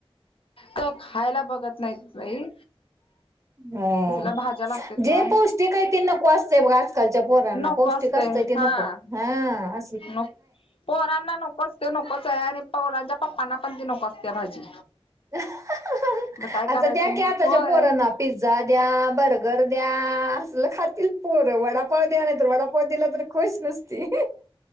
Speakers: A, on the left; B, on the right.
A: तर खायला बघत नाहीत, बाई!
B: हअ.
A: कसल्या भाज्या लागते
B: जे
A: त्या
B: पौष्टिक हाय ते नको असतंयब आजकालच्या पोरांना
A: नको
B: पौष्टिक
A: असते
B: असतंय ते नको
A: हा
B: ह.
A: <unintelligible> पोरांना नको ते नकोचय आणि पोरांच्या पप्पांना पण ती नको असतीया भाजी.
B: <inaudible>
A: काय
B: आता
A: करायचं
B: द्या
A: मग
B: की आताच्या
A: होय.
B: पोरांना पिझ्झा द्या. बर्गर द्या. ह असल खातील पोर वडापाव द्या नाहितर वडापाव दिला तर खुश नसती.